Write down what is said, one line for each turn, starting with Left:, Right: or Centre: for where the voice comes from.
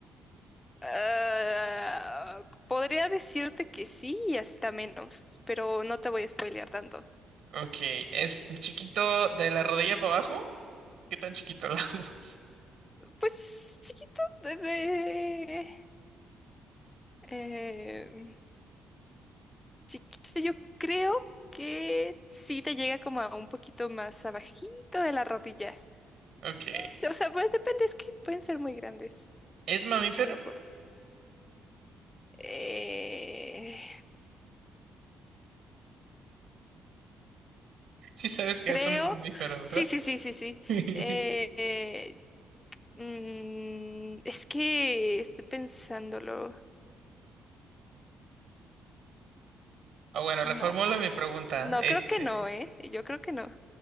Left: Ah, podría decirte que sí y hasta menos, pero no te voy a spoilear tanto.
Right: Ok. ¿Es chiquito de la rodilla para abajo? ¿Qué tan chiquito <laughs> la voz?
Left: Pues chiquito, eh, eh, chiquito, yo creo que sí te llega como a un poquito más abajito de la rodilla.
Right: Ok.
Left: Sí, o sea, pues depende, es que pueden ser muy grandes,
Right: ¿Es mamífero?
Left: muy gordos. Eh,
Right: Sí sabes que
Left: creo,
Right: es un mamífero, ¿verdad?
Left: sí, sí, sí, sí, sí.
Right: <laughs>
Left: Eh, eh, mm, es que estoy pensándolo.
Right: Ah, bueno,
Left: No,
Right: reformulo mi pregunta.
Left: no,
Right: Este,
Left: creo que no, ¿eh? Yo creo que no.